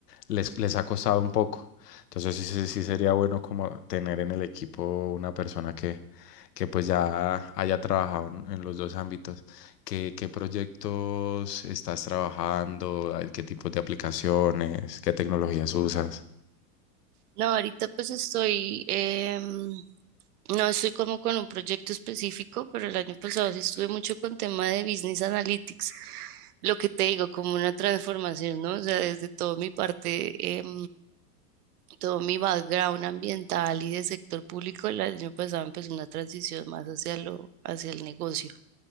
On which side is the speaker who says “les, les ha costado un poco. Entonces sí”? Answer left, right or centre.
Left